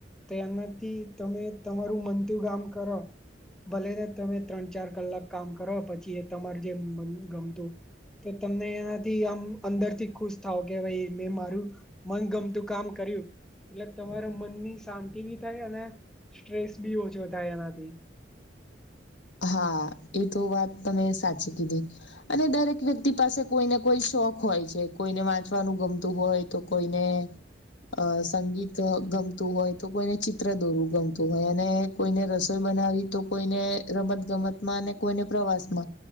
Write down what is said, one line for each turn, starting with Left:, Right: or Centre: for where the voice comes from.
Centre: તો એનાથી તમે તમારું મનતું કામ કરો ભલેને તમે ત્રણ ચાર કલાક કામ કરો પછી તમાર જે મનગમતું તો તમને એનાથી આમ અંદર થી ખુશ થાવ કે ભાઈ મેં મારું મનગમતું કામ કર્યું એટલે તમારા મનની શાંતિ બી થાય અને સ્ટ્રેસ બી ઓછો થાય એનાથી
Left: હા એ તો વાત તમે સાચી કીધી અને દરેક વ્યક્તિ પાસે કોઈને કોઈ શોખ હોય છે કોઈને વાંચવાનું ગમતું હોય તો કોઈને અ સંગીત ગમતું હોય તો કોઈને ચિત્ર દોરવું ગમતું હોય અને કોઈને રસોઈ બનાવી તો કોઈને રમત ગમતમાં અને કોઈને પ્રવાસ મા